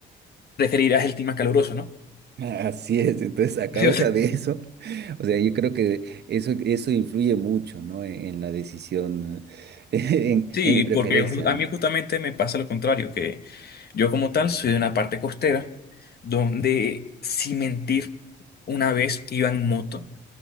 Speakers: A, on the left (about 50°); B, on the right (about 55°).
A: preferirás el clima caluroso, ¿no?
B: <laughs> Así es, entonces a
A: <laughs> Yo
B: causa
A: sé.
B: de eso, <laughs> o sea, yo creo que eso, eso influye mucho, ¿no? En, en la decisión, <laughs> en,
A: Sí,
B: en mi preferencia,
A: porque ju- a
B: ¿no?
A: mí justamente me pasa lo contrario, que yo como tal soy de una parte costera donde, sin mentir, una vez iba en moto.